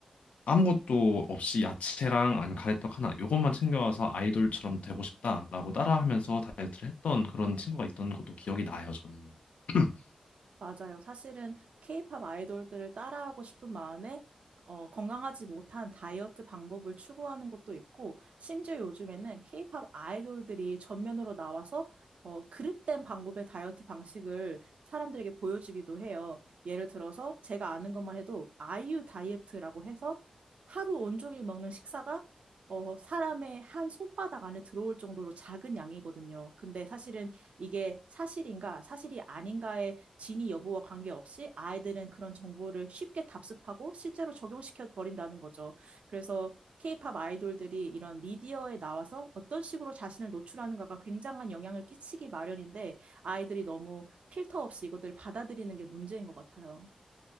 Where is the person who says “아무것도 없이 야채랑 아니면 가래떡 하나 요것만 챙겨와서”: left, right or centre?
Left